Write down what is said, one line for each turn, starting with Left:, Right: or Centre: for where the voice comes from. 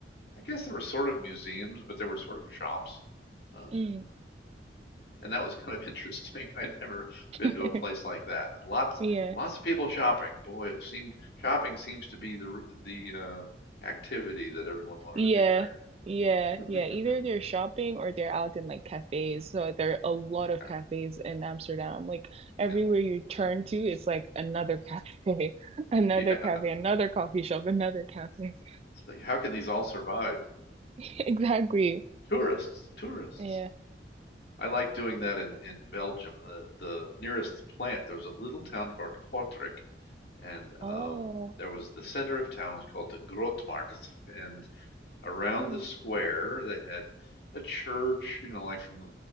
Left: I guess there were sort of museums, but there were sort of shops. Um,
Right: Mm.
Left: and that was kind of <laughs> interesting. I'd never
Right: <laughs>
Left: been to a place like that, but lots
Right: Yeah.
Left: lots of people shopping. Boy, it seemed shopping seems to be the the uh, activity that everyone wanted
Right: Yeah,
Left: to do there.
Right: yeah, yeah.
Left: <laughs>
Right: Either they're shopping or they're out in like cafes. So there are a lot of
Left: Yeah,
Right: cafes in Amsterdam. Like everywhere
Left: yeah,
Right: you turn to, it's like another cafe, <laughs> another
Left: yeah.
Right: cafe, another coffee shop, another cafe. <laughs>
Left: It's like, how can these all survive?
Right: Exactly.
Left: Tourists, tourists.
Right: Yeah.
Left: I like doing that in in Belgium. The the nearest plant there was a little town called Kortrijk, and
Right: Oh.
Left: um, there was the center of town was called the Grootmarkt, and around
Right: Mm.
Left: the square. They had a church, you know, like from the